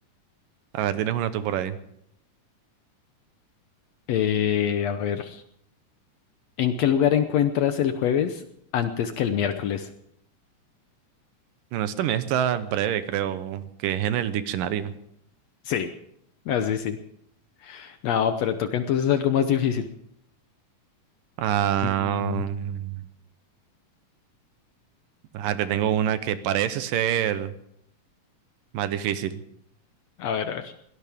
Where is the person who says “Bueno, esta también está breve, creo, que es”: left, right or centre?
Right